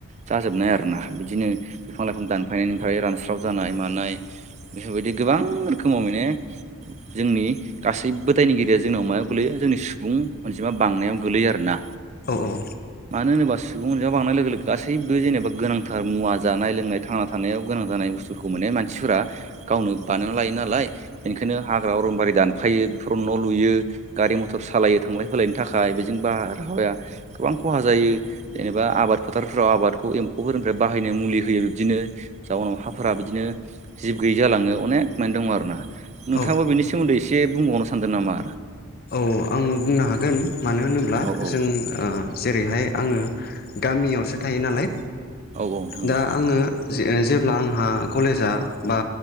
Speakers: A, on the right; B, on the left.
A: जाजोबनाय आरोना बिदिनो बिफां लाइफां दानफायनायनिफ्राय रानस्राव जानाय मानाय बेफोरबायदि गोबां रोखोमाव माने जोंनि गासैबो दायनिगिरिया जोंनाव मायाव गोलैयो जोंनि सुबुं अनजिमा बांनायाव गोलैयो आरोना।
B: औ औ।
A: मानो होनोबा सुबुं अनजायाव बांनाय लोगो गासैबो जेनेबा गोनांथार मुवा जानाय लोंनाय थांना थानायाव गोनां जानाय बुस्थु फोरखौ मोननाय मानसिफोरा गावनो बानायना लायो नालाय बेनिखायनो हाग्रा अरनबारि दानफायो बेफोराव न' लुयो गारि मथर सालायो थांलाय फैलायनि थाखाय बेजों बारहावाया गोबां खहा जायो। जेनेबा आबाद फोथारफ्राव आबादखौ एम्फौफोरनिफ्राय बाहायनो मुलि होयो बिदिनो जाउनाव हा फोरा बिदिनो जिब गैयै जालाङो अनेक माने दङ आरोना। नोंथाङाबो
B: औ
A: बेनि सोमोन्दै एसे बुंबावनो सानदों नामा?
B: औ आं बुंनो हागोन मानो होनोब्ला
A: औ औ
B: जों ओ जेरैहाय आङो गामियावसो थायो नालाय
A: औ औ नोंथां
B: दा
A: औ
B: आङो जे-जेब्ला आंहा कलेजआ बा